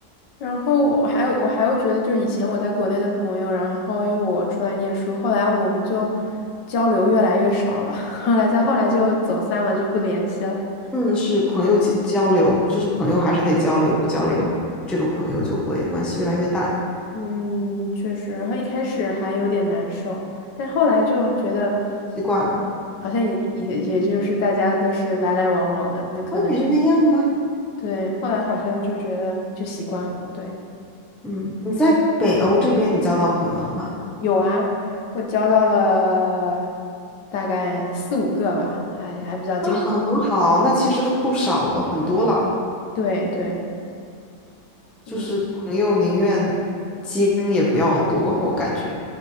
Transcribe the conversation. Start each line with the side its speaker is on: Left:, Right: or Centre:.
Left: 然后我还我还会觉得，就以前我在国内的朋友，然后因为我出来念书，后来我们就交流越来越少了，<laughs> 后来再后来就走散了，就不联系了。
Centre: 嗯，是朋友交交流，就是朋友还是得交流，不交流，这个朋友就会关系越来越淡，
Left: 嗯，确实，然后一开始还有点难受，但是后来就觉得
Centre: 习惯了，
Left: 好像也也也就是大家都是来来往往的，那可能就
Centre: 嗯，也就那样吧。
Left: 对，后来好像就觉得就习惯了，对。
Centre: 嗯，你在北欧这边你交到朋友了吗？
Left: 有啊，我交到了大概四五个吧，还还比较经常。
Centre: 那很好，那其实不少了，很多了。
Left: 对对，嗯，
Centre: 就是朋友宁愿精也不要多，<laughs> 我感觉